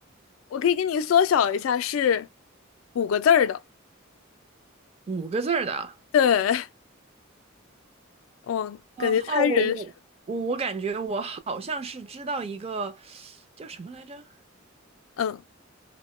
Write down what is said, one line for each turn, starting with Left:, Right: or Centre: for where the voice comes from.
Left: 我可以给你缩小一下，是五个字儿的。
Right: 五个字儿的。
Left: 对，<laughs> 我感觉猜人是
Right: 呃，哦，我我我我感觉我好像是知道一个叫什么来着，
Left: 嗯